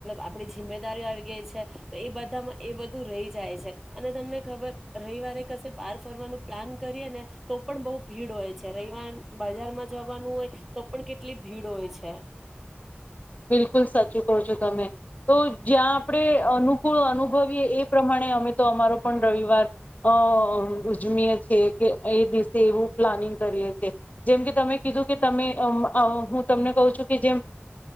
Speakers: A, in the centre; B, on the left.
A: આપણી જિમ્મેદારીઓ આવી ગઈ છે એ બધામાં એ બધું રહી જાય છે અને તમને ખબર રવિવારે કશે બહાર ફરવાનું પ્લાન કરીએ ને તો પણ બહુ ભીડ હોય છે, રવવાર બજારમાં જવાનું હોય, તો પણ કેટલી ભીડ હોય છે.
B: બિલકુલ સાચું કહો છો, તમે તો જ્યાં આપણે અનુકૂળ અનુભવીએ એ પ્રમાણે અમે તો અમારો પણ રવિવાર અ ઉજવીય છીએ, કે એ દિવસે એવું પ્લાનિંગ કરીએ છેીએ, જેમ કે તમે કીધું કે તમે હું તમને કહું છું કે જેમ.